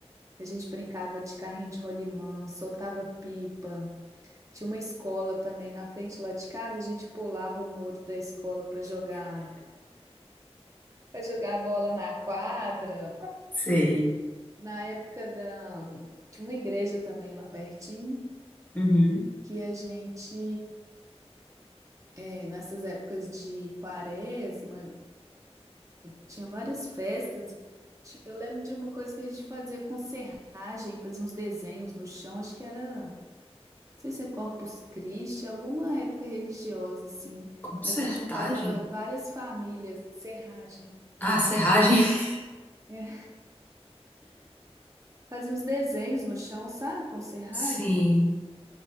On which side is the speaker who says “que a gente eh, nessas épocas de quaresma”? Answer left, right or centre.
Right